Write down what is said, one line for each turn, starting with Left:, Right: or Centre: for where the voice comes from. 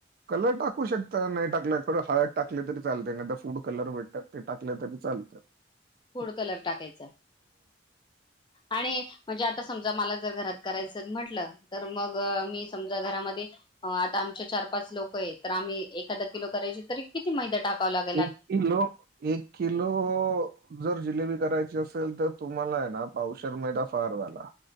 Right: कलर टाकू शकता नाही टाकला करु हळद टाकली तरी चालते एकदा फूड कलर भेटतात ते टाकलं तरी चालतं. <inaudible>
Left: फूड कलर टाकायचा, आणि म्हणजे आता आता समजा मला जर घरात करायचं म्हंटलं, तर मग मी समजा घरामध्ये आता आमचे चार पाच लोक आहेत, तर आम्ही एखादा किलो करायचे तरी किती मैदा टाकावं लाग
Right: एक किलो, एक किलो. जर जिलेबी करायची असेल तर तुम्हाला आहे ना, पावशल मैदा फार झाला.